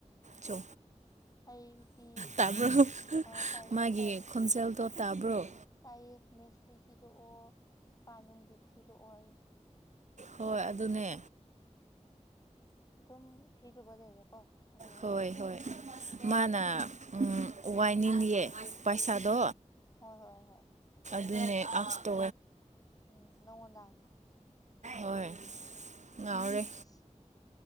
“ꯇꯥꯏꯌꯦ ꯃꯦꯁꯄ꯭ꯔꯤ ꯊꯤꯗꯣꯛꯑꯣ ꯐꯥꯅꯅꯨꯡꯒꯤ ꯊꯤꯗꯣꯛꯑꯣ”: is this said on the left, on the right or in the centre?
Left